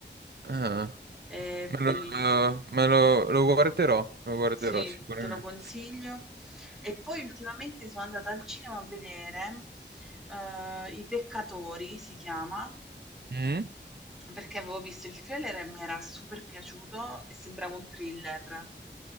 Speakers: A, on the right; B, in the centre.
A: Ah.
B: È bellissimo.
A: Me lo, me lo- lo guarderò, lo guarderò
B: Sì,
A: sicuramente.
B: te lo consiglio. E poi ultimamente sono andata al cinema a vedere eh, I Peccatori, si chiama,
A: Mm?
B: Perché avevo visto il trailer e mi era super piaciuto e sembrava un thriller.